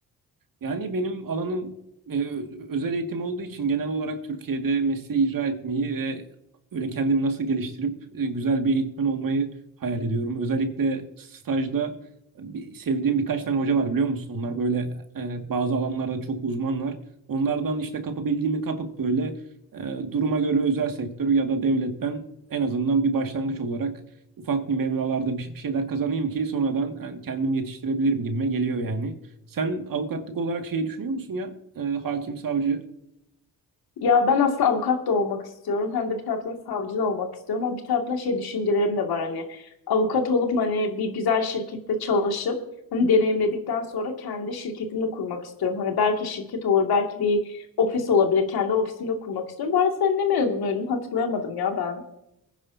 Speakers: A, on the right; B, on the left.
A: Yani benim alanım e, özel eğitim olduğu için genel olarak Türkiye'de mesleği icra etmeyi ve öyle kendimi nasıl geliştirip e, güzel bir eğitmen olmayı hayal ediyorum. Özellikle stajda bir, sevdiğim birkaç tane hoca var biliyor musun? Onlar böyle e, bazı alanlarda çok uzmanlar. Onlardan işte kapabildiğimi kapıp böyle e, duruma göre özel sektör ya da devletten en azından bir başlangıç olarak ufak bir meblalarda bir, bir şeyler kazanayım ki sonradan yani kendimi yetiştirebilirim gibime geliyor yani. Sen avukatlık olarak şey düşünüyor musun ya? E, hakim, savcı.
B: Ya ben aslında avukat da olmak istiyorum. Hem de bir taraftan savcı da olmak istiyorum. Ama bir taraftan şey düşüncelerim de var hani. Avukat olup hani bir güzel şirkette çalışıp hani deneyimledikten sonra kendi şirketimi de kurmak istiyorum. Hani belki şirket olur, belki bir ofis olabilir. Kendi ofisimde kurmak istiyorum. Bu arada sen ne mezunuydun? Hatırlayamadım ya ben.